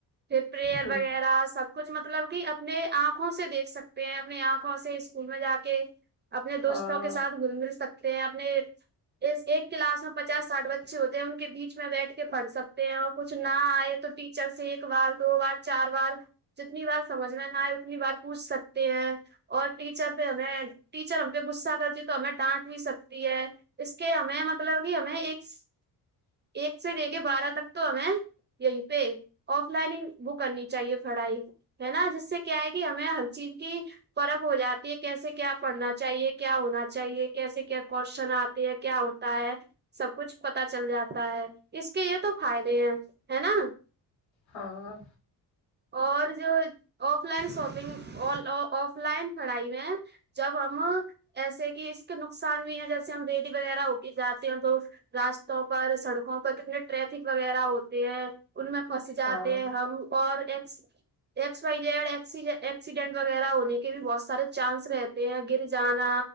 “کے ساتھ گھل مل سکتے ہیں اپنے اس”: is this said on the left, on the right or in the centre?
Right